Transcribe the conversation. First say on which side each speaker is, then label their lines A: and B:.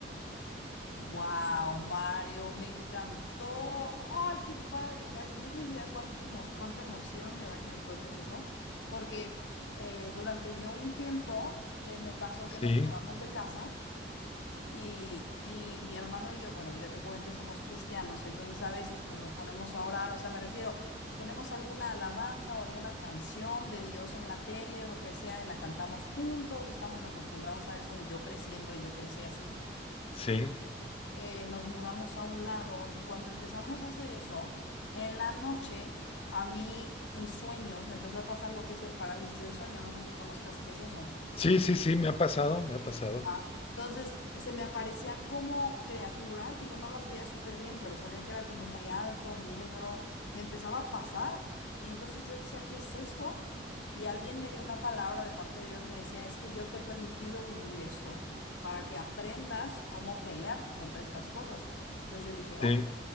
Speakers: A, on the left (about 75°); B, on the left (about 30°).
A: Wow, Mario, me encantó. Ay, qué padre. Vaya, no tienes idea cuán emo- cuánta emoción me da que me cuentes eso, porque eh, durante yo un tiempo eh, me pasó
B: Sí,
A: que nos mudamos de casa y, y mi hermano y yo, bueno, ya te comenté, somos cristianos, entonces a veces pues nos ponemos a orar, o sea, me refiero, ponemos alguna alabanza o alguna canción de Dios en la tele o lo que sea y la cantamos juntos, estamos acostumbrados a eso de yo creciendo y yo crecí así
B: sí,
A: eh, nos mudamos a un lado y cuando empezamos a hacer eso, en la noche, a mí en sueños me empezó a pasar lo que es el parálisis del sueño, no sé si conozcas qué es eso.
B: sí, sí, sí, me ha pasado, me ha pasado.
A: Ajá. Entonces, se me aparecían como criaturas, digo, no las veía súper bien, pero sabía que era como muy alto, negro, me empezaba a pasar y entonces yo decía, ¿qué es esto? Y alguien me dio una palabra de parte de Dios, me decía, es que yo te he permitido vivir esto para que aprendas cómo pelear contra estas cosas. Entonces yo dije, ok,
B: Sí,